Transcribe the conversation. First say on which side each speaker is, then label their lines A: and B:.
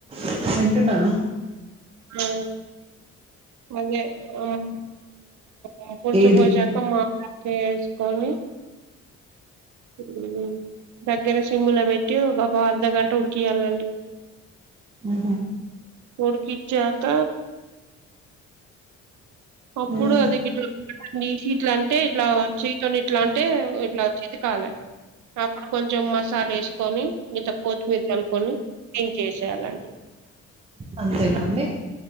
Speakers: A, on the right; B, on the right.
A: చెప్పన్ టున్నాను
B: హు అదే <inaudible> మో కూర్చుపోసాక
A: ఏది
B: మౌనా కేస్ కోని హు దగ్గర సిమ్ములా పెట్టి ఒక పా అర్ధగంట ఉడికియాలండి
A: ఆహా
B: కోడుకి చాక
A: హ్మ్
B: అప్పుడు అది గిట్ల నునకల్ తీషి ఎట్లా అంటే ఇట్లా చేతోనీ ఇట్లా అంటే ఇట్లా చితికాలే, అప్పుడు కొంచెం మసాలా వేసుకొని గింత కొత్తిమీర్ చల్లుకొని దించేసేయాలండి.
A: అంతేనా అండి